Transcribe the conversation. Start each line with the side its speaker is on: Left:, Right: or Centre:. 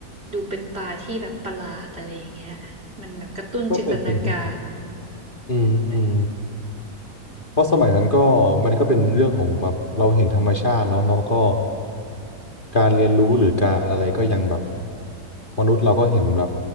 Right: ดูเป็นปลาที่แบบประหลาดอะไรอย่างเงี้ยมันแบบกระตุ้นจินตนาการ
Left: ก็เป็นไปได้อืมอืม เพราะสมัยนั้นก็มันก็เป็นเรื่องของแบบเราเห็นธรรมชาติเนาะแล้ก็การเรียนรู้หรือการอะไรก็ยังแบบมนุษย์เราก็เห็นแบบ